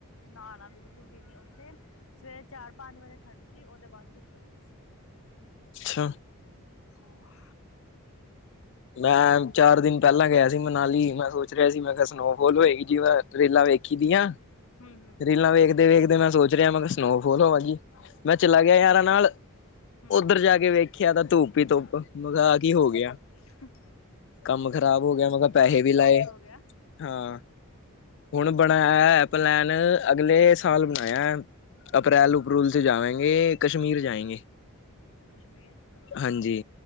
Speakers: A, on the left; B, on the left.
A: ਨਾਲ ਨਾ ਬਿਲਕੁਲ, ਵੀ ਨੀ ਉੱਥੇ, ਸਵੇਰੇ ਚਾਰ ਪੰਜ ਵਜੇ ਠੰਡ ਸੀ। ਉਹਦੇ ਬਾਅਦ, ਧੁੱਪ ਚੜ੍ਹ ਗਈ ਸੀ।
B: ਅੱਛਾ,
A: ਹਾਂ।
B: ਮੈਂ, ਚਾਰ ਦਿਨ ਪਹਿਲਾਂ, ਗਿਆ ਸੀ ਮਨਾਲੀ ਮੈਂ ਸੋਚ ਰਿਹਾ ਸੀ। ਮੈਂ, ਕਿਹਾ ਸਨੋਫੋਲ ਹੋਏਗੀ ਜਿਵੇਂ ਰੇਲਾ, ਵੇਖੀ ਦੀਆਂ।
A: ਹਮ, ਹਮ
B: ਰੀਲਾਂ ਵੇਖਦੇ-ਵੇਖਦੇ ਮੈਂ ਸੋਚ ਰਿਹਾਂ ਮੈਂ ਕਿਹਾ ਸਨੋਫੋਲ ਹੋਵੇਗੀ ਮੈਂ ਚਲਾ ਗਿਆ ਯਾਰਾਂ ਨਾਲ।
A: ਹੂੰ
B: ਓਧਰ ਜਾ ਕੇ ਵੇਖਿਆ ਤਾਂ ਧੁੱਪ ਹੀ ਧੁੱਪ, ਮੈ ਕਿਹਾ ਆ ਕੀ ਹੋ ਗਿਆ।
A: ਹੰ।
B: ਕੰਮ ਖ਼ਰਾਬ ਹੋ ਗਿਆ, ਮੈਂ ਕਿਹਾ ਪੈਸੇ ਵੀ ਲਾਏ,
A: ਗਿਆ
B: ਹਾਂ। ਹੁਣ ਬਣਾਇਆ ਪਲੈਨ, ਅਗਲੇ ਸਾਲ ਬਣਾਇਆ। ਅਪ੍ਰੈਲ ਅਪਰੂਲ ਚ ਜਾਵੇਂਗੇ, ਕਸ਼ਮੀਰ ਜਾਏਂਗੇ।
A: ਅੱਛਾ ਕਸ਼ਮੀਰ, ਚਲੋ ਵਧੀਆ।
B: ਹਾਂਜੀ